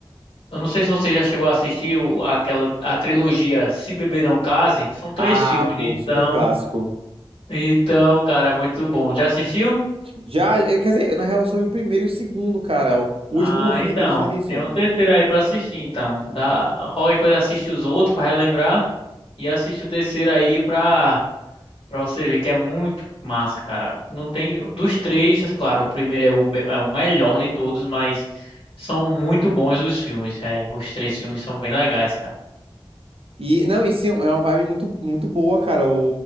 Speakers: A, on the left; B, on the right.
A: Eu não sei se você já chegou a assistir o- aquela a trilogia Se Beber Não Case. São três
B: Ah,
A: filmes,
B: pô,
A: então.
B: super clássico.
A: Então, cara, é muito bom. Já assistiu?
B: Já, eh, quer dizer, na real, eu só vi o primeiro e o segundo, cara. O o
A: Ah,
B: último eu não vi,
A: então.
B: acredita nisso?
A: Tem um terceiro aí pra assistir, então. Dá, qualquer coisa assiste os outros pra relembrar e assiste o terceiro aí pra, pra você ver que é muito massa, cara. Não tem dos três, é claro, o primeiro é o, me- é o melhor de todos, mas são muito bons os filmes. É, os três filmes são bem legais, cara.
B: E, não, e sim, é uma vibe muito, muito boa, cara, o,